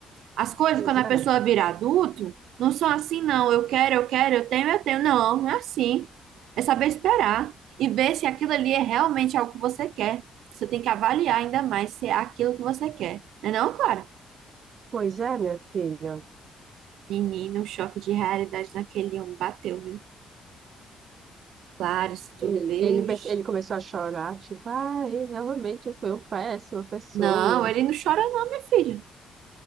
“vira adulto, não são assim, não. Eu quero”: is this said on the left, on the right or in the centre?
Right